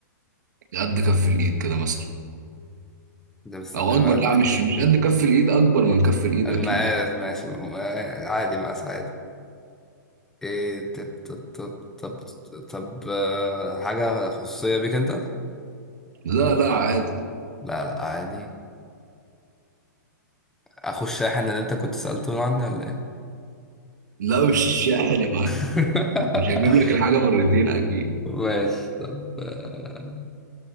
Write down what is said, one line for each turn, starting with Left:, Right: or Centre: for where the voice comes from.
Right: قد كف الإيد كده مثلا
Centre: ده بستخدمها
Right: أو أكبر
Centre: قد
Right: لا
Centre: كده
Right: مش مش قد كف الإيد أكبر من كف الإيد
Centre: المقاس
Right: أكيد يعني
Centre: ماشي م- آه، عادي مقاس عادي إيه طب طب طب طب, طب آه، حاجة خصوصية بيك أنت؟
Right: لا لا عادي
Centre: لا لا عادي أخو الشاحن اللي أنت كنت سألته عني ولا إيه؟
Right: لا مش الشاحن يا معلم
Centre: <laughs>
Right: مش هجيب لك الحاجة مرتين أكيد
Centre: ماشي طب آه،